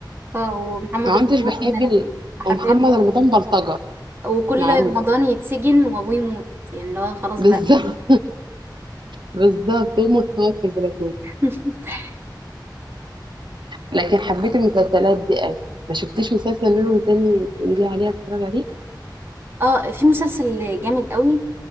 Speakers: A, on the right (about 30°); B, on the right (about 80°).
A: اه ومحمد
B: ما
A: رمضان
B: كنتش بحب ال...
A: آه، حرفيا
B: ومحمد رمضان بلطجه
A: اه وكل
B: معروف
A: رمضان يتسجن وابوه يموت يعني اللي هو خلاص
B: <laughs> بالظبط
A: بقى
B: بالظبط هو متفوق في البلاتو
A: <laughs>
B: لكن حبيت المسلسلات دي قوي ما شفتيش مسلسل منهم تاني تقولي لي عليه اتفرج عليه
A: اه في مسلسل جامد قوي